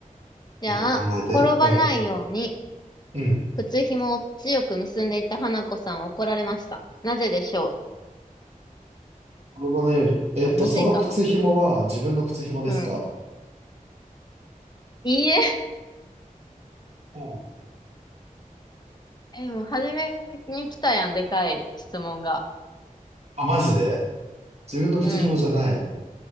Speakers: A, on the left; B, on the right.
A: じゃあ、
B: いいよ、考えて。
A: 転ばないように、
B: うん。うん。
A: 靴紐を強く結んでいた花子さんは怒られました。なぜでしょ
B: 転ばないように。えっと、
A: ういや、むずいかも。
B: その靴紐は自分の靴紐ですか
A: うん。いいえ
B: おう。
A: え、もう初めに来たやん、でかい質問が。
B: あ、マジで自分の靴紐じゃない。
A: うん。